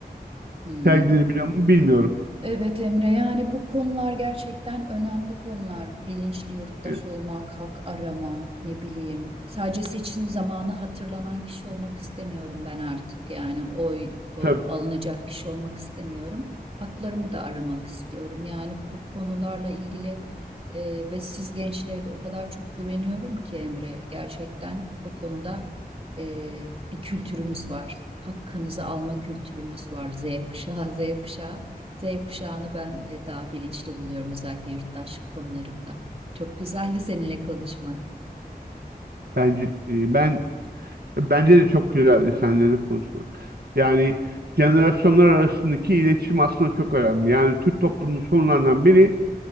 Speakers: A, on the right; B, on the right.
A: Hmm.
B: sergilenebiliyor mu bilmiyorum.
A: Evet Emre yani bu konular gerçekten önemli konular. Bilinçli yurttaş
B: E,
A: olmak, hak aramak, ne bileyim. Sadece seçim zamanı hatırlanan kişi olmak istemiyorum ben artık. Yani oy o,
B: tabii
A: alınacak kişi olmak istemiyorum. Haklarımı da aramak istiyorum. Yani bu konularla ilgili e, ve siz gençlere de o kadar çok güveniyorum ki Emre. Gerçekten bu konuda e, bir kültürünüz var. Hakkınızı alma kültürünüz var. Z kuşağı, Z kuşağı. Z kuşağını ben e, daha bilinçli buluyorum özellikle yurttaşlık konularında. Çok güzeldi seninle konuşmak.
B: bence e, ben bence de çok güzeldi seninle de konuşmak. Yani jenerasyonlar arasındaki iletişim aslında çok önemli. Yani Türk toplumunun sorunlarından biri